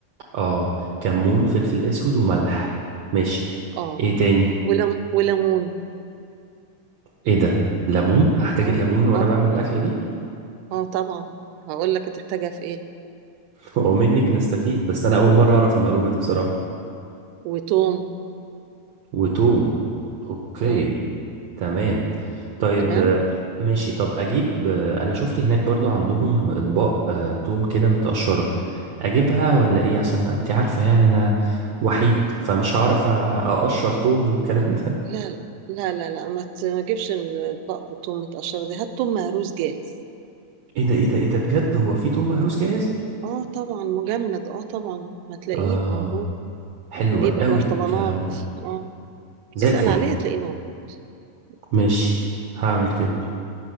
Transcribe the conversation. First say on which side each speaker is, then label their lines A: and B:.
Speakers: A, on the right (about 70°); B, on the right (about 85°).
A: اه كمون فلفل اسود وملح ماشي
B: اه
A: ايه تاني
B: ولم وليمون
A: ايه ده ليمون هحتاج
B: اه
A: الليمون وانا
B: اه
A: بعمل الاكله دي
B: اه طبعا هقول لك هتحتاجها في ايه
A: <laughs> ومنك نستفيد بس انا اول مره اعرف المعلومه دي بصراحه
B: وتوم
A: وتوم اوكي
B: مم.
A: تمام طيب
B: تمام
A: آه، ماشي طب اجيب آه، انا شفت هناك برضو عندهم اطباق آه، توم كده متقشرة اجيبها ولا ايه عشان انت عارفة يعني انا وحيد فمش هعرف أ- اقشر توم والكلام ده
B: لا
A: <laughs>
B: لا لا لا ما ت- ما تجيبش البق- توم متقشرة دي هات توم مهروس جاهز
A: ايه ده ايه ده ايه ده بجد هو في توم مهروس جاهز
B: اه طبعا مجمد اه طبعا هتلاقيه
A: اه
B: موجود
A: حلو
B: بيبقى
A: قوي
B: برطمانات
A: الكلام ده
B: اه
A: زي
B: اسأل
A: الفل
B: عليه هتلاقيه موجود
A: ماشي
B: تمام
A: هعمل كده